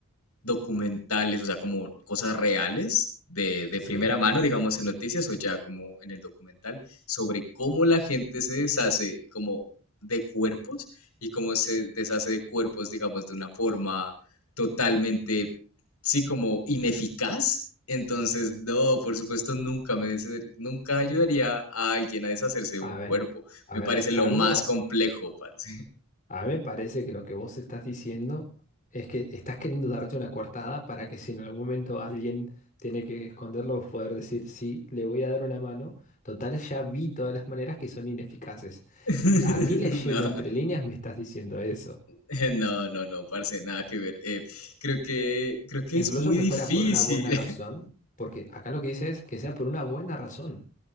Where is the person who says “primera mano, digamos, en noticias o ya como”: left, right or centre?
Left